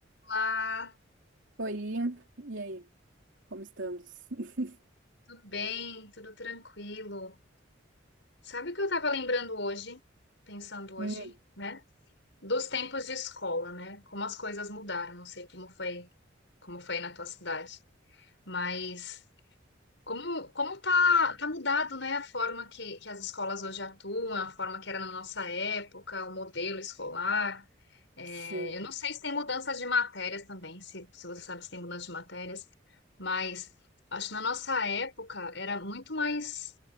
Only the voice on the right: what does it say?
Oi, e aí? Como estamos? <laughs>
Hum,
sim,